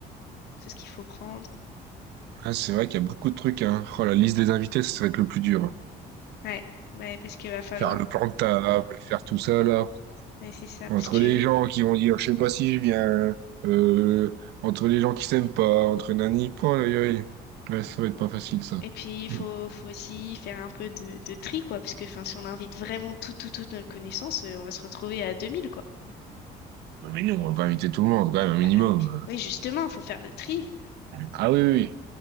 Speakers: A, on the left; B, on the right.
A: tout ce qu'il faut prendre.
B: Ah, c'est vrai qu'il y a beaucoup de trucs, hein. Oh, la liste des invités, ça, ça va être le plus dur. hein.
A: Ouais, ouais, parce qu'il va falloir.
B: Faire le plan de table, faire tout ça, là.
A: Ouais, c'est ça,
B: Entre
A: parce que
B: les gens qui vont dire, je sais pas si je viens, euh, entre les gens qui s'aiment pas, entre nani, oh, aïe, aïe. Ouais, ça va être pas facile, ça.
A: et puis il
B: Mm.
A: faut, faut aussi faire un peu de, de tri, quoi, parce que enfin, si on invite vraiment tout, tout, toute notre connaissance, euh, on va se retrouver à 2000 quoi.
B: Ouais, Mais nous, on va pas inviter tout le monde, quand même, un minimum.
A: Bah oui, oui, justement, il faut faire le tri.
B: Ah oui, oui. oui.